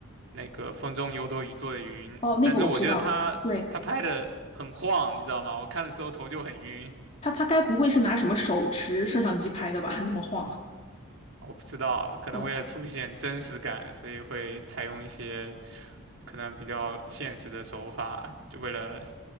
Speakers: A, on the right (about 60°); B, on the left (about 30°).
A: 那个《风中有朵雨做的云》，
B: 哦，那个我知道，
A: 但是我觉得他他拍的很晃，
B: 对，
A: 你知道吗？我看的时候头就很晕。
B: 他他该不会是拿什么手持摄像机拍的吧？<laughs> 那么晃。
A: 我不知道，可能为了凸显真实感，
B: 哦，
A: 所以会采用一些可能比较现实的手法，就为了